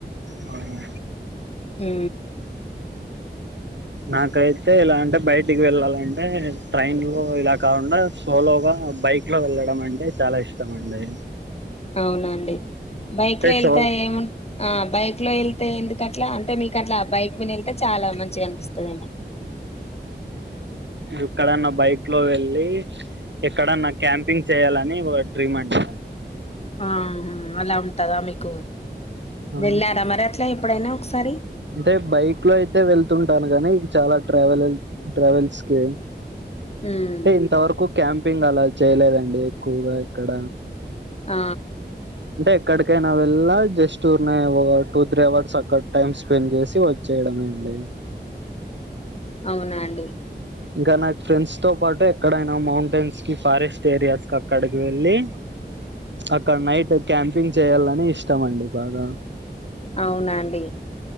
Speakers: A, on the right; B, on the left.
A: అవును
B: ఉ
A: నాకైతే ఇలా అంటే బయటికి వెళ్ళలంటే ట్రైన్ లో ఇలా కాకుండా సోలోగా బై బైక్లో వెళ్ళడం అంటే చాలా ఇష్టం అండి
B: అవునండి బైక్ లో ఎళ్తే
A: సో
B: ఏము ఆ బైక్ లో ఎళ్ తే ఎందుకట్లా అంటే మీకు అట్ల బై మిన ఎళ్తే చాలా మంచిగా అనిపిస్తదఎమో
A: ఇక్కడన్న బైక్ లో వెళ్ళి ఎక్కడన్నా క్యాంపింగ్ చేయ్యాలని ఒక డ్రీమ్ అండి
B: ఆహ అలా ఉంటదా మీకు
A: ఆ
B: వెళ్ళారా మరి అట్లా ఎప్పుడైనా ఒకసారి
A: అంటే బైక్ లో అయితే వెళ్తుంటాను గని చాలా ట్రావెల ట్రావెల్స్ కే అంటె
B: ఉమ్
A: ఇంతవరకు క్యాంపింగ్ అలా చేయలేదండి ఎక్కువగా ఎక్కడ
B: ఆ
A: అంటే ఎక్కడికైనా వెళ్ళ జస్ట్ ఉర్నే ఒక టూ త్రీ అవర్స్ అక్కడ టైమ్ స్పెండ్ చేసి వచ్చేయడం అండి
B: అవునా అండి
A: ఇంకా నాకు ఫ్రెండ్స్ తో పాటు ఎక్కడైనా మౌంటైన్స్ కి ఫారెస్ట్ ఏరియాస్ కక్కడికి వెళ్ళి అక్కడ నైట్ క్యాంపింగ్ చెయ్యల్లని ఇష్టమండి బాగా
B: అవునాండి